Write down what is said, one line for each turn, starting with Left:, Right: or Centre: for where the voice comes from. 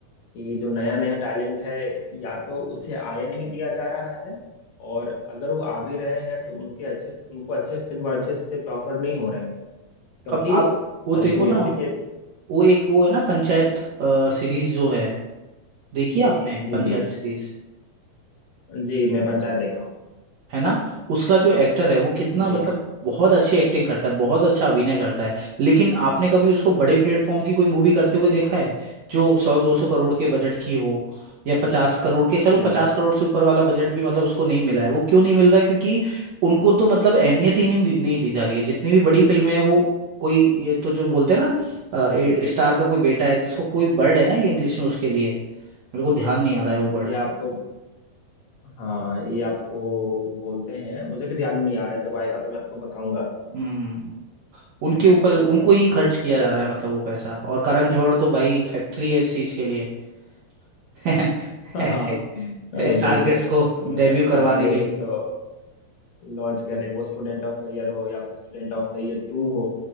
Left: कि जो नया नया टैलेंट है या तो उसे आए नहीं दिया जा रहा है और अगर वो आ भी रहे हैं तो उनके अच्छे उनको अच्छे फिल्म और अच्छे स्क्रिप्ट ऑफर नहीं हो रहे हैं क्योंकि
Right: अब आप वो देखो
Left: अल्टीमेटली
Right: ना
Left: ये
Right: वो एक वो है ना पंचायत सीरीज जो है देखिए
Left: जी
Right: आपने
Left: जी
Right: पंचायत
Left: जी
Right: सीरीज
Left: जी मैं पंचायत देखा हूँ
Right: है ना उसका जो एक्टर है वो कितना
Left: जी
Right: मतलब बहुत अच्छी एक्टिंग करता है बहुत अच्छा अभिनय करता है लेकिन आपने कभी उसको बड़े प्लेटफॉर्म की कोई मूवी करते हुए देखा है जो सौ दो सौ करोड़ के बजट की हो या पचास करोड़ के चलो
Left: नहीं
Right: पचास करोड़ से ऊपर वाला बजट भी मतलब उसको नहीं मिला है वो क्यों नहीं मिल रहा है क्योंकि उनको तो मतलब अहमियत ही नहीं दी, नहीं दी जा रही है जितनी भी बड़ी फिल्में हैं वो कोई ये तो जो बोलते हैं ना अ, ए- स्टार का कोई बेटा है जिसको कोई वर्ड है ना एक इंग्लिश में उसके लिए मेरे को ध्यान नहीं आ रहा है वो वर्ड
Left: ये आपको हाँ ये आपको बोलते हैं मुझे भी ध्यान नहीं आ रहा है। जब आएगा तो मैं आपको बताऊंगा
Right: हम्म उनके
Left: है ना
Right: ऊपर उनको
Left: जी
Right: ही खर्च किया जा रहा है मतलब वो पैसा और करण जौहर तो भाई फैक्ट्री है इस चीज के लिए <laughs>
Left: <laughs> हाँ
Right: ऐसे
Left: हाँ
Right: स्टारगेट्स
Left: बिल्कुल
Right: को डेब्यू करवाने
Left: आप देखे
Right: के लिए
Left: तो लॉन्च करने वो स्टूडेंट ऑफ द ईयर हो या फिर Student of the Year two हो